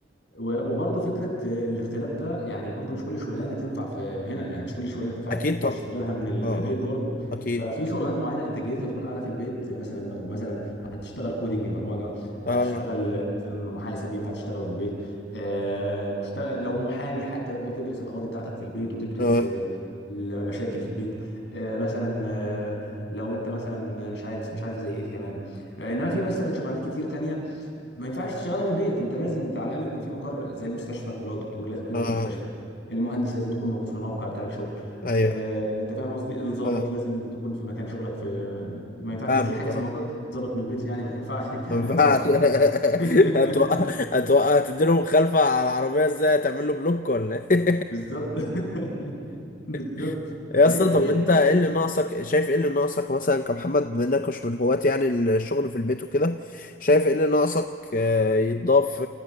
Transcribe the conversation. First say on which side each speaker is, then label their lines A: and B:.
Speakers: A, on the left; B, on the left.
A: و- وبرضه فكره الاختلاف ده يعني برضه مش كل شغلانه تنفع في هنا يعني مش كل شغلانه تنفع
B: اكيد
A: تشتغلها
B: طبعا
A: من البيت
B: اه اه
A: برضه
B: آه. اكيد
A: ففي شغلانات معينه انتاجيتها بتكون اعلى في البيت زي مثلا لو مثلا هتشتغل كودينج برمجه
B: اه
A: هتشتغل مثلا محاسب ينفع تشتغله من البيت آه، مشتغل لو محامي حتى تقدر تدرس القواضي بتاعتك في البيت وتدرس
B: اه
A: آه، المشاكل في البيت آه، مثلا آه، لو انت مثلا مش عارف مش عارف زي ايه كمان آه، انما في مثلا شغلانات كتير تانية ما ينفعش تشتغلها من البيت انت لازم انت على الاقل يكون في مقر زي المستشفى اللي هو الدكتور لازم تنزل
B: اه
A: المستشفى المهندس لازم تكون موجود في الموقع بتاع الشغل
B: ايوه
A: اه
B: أيوه.
A: انت فاهم قصدي الضابط
B: اه
A: لازم تكون في مكان شغلك في ما ينفعش
B: فاهمك
A: في حاجه اسمها
B: اه
A: ض- ضابط من البيت يعني ما ينفعش الكلام
B: ما ينفعش
A: ده طبعا
B: <laughs> هتوقع
A: <laughs>
B: هتوقع تديله مخالفة على العربية ازاي هتعمل له بلوك ولا ايه
A: بالظبط <laughs> بالظبط
B: <laughs> يا
A: فهي
B: اسطى
A: فيها
B: طب انت
A: الفكره
B: ايه
A: في كده
B: اللي ناقصك شايف ايه اللي ناقصك مثلا كمحمد بما انك مش من هواة يعني الشغل في البيت وكده شايف ايه اللي ناقصك آه، يتضاف